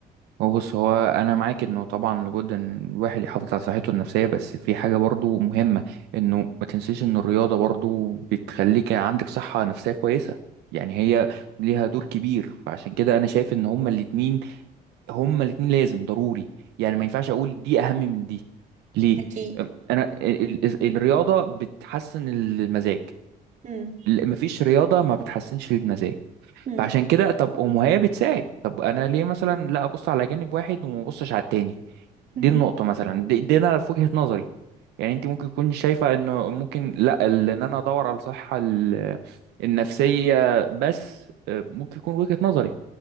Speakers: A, on the right; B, on the right.
A: هو بص هو انا معاك انه طبعا لابد ان الواحد يحافظ على صحته النفسيه بس في حاجه برضو مهمه انه ما تنسيش ان الرياضه برضو بتخليك عندك صحه نفسيه كويسه يعني هي ليها دور كبير فعشان كده انا شايف ان هما الاتنين هما الاتنين لازم ضروري يعني ما ينفعش اقول دي اهم من دي ليه
B: أكيد
A: أم- انا ال- ال- الرياضه بتحسن المزاج
B: مم.
A: ل- مفيش رياضه ما بتحسنش المزاج
B: مم.
A: فعشان كده طب أم هي بتساعد طب انا ليه مثلا لا ابص على جانب واحد وما ابصش على التاني دي
B: مم.
A: النقطه مثلا دي, دي انا في وجهه نظري يعني انت ممكن تكون شايفه انه ممكن لا ال- ان انا ادور على الصحه ال- النفسيه بس أه، ممكن يكون وجهه نظري